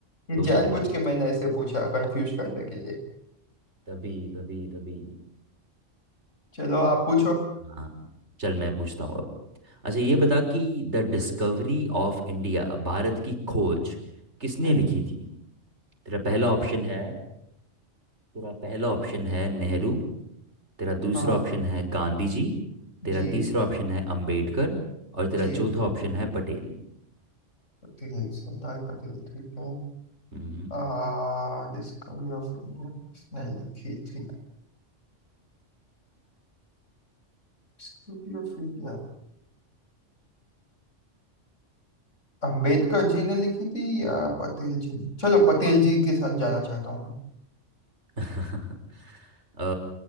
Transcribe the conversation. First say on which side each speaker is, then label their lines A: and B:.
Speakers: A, on the left; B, on the right.
A: ये
B: डोसा
A: जानबूझ
B: चला गया
A: के मैंने ऐसे पूछा कंफ्यूज करने के लिए
B: तभी तभी तभी
A: <laughs> चलो आप पूछो
B: हाँ चल मैं पूछता हूँ अब अच्छा ये बता कि the discovery of India Bharat की खोज किसने
A: हम्म,
B: लिखी थी तेरा पहला ऑप्शन है तेरा पहला ऑप्शन है नेहरू तेरा दूसरा
A: हाँ
B: ऑप्शन है गांधी जी तेरा
A: जी
B: तीसरा ऑप्शन है अंबेडकर और
A: जी
B: तेरा चौथा ऑप्शन है पटेल
A: पटेल सरदार पटेल ठीक है
B: हम्म
A: आ डिस्कवरी ऑफ इंडिया किसने लिखी थी Discovery of India Ambedkar ji ने लिखी थी या पटेल जी ने चलो पटेल जी के साथ जाना चाहता हूँ
B: <laughs> अ,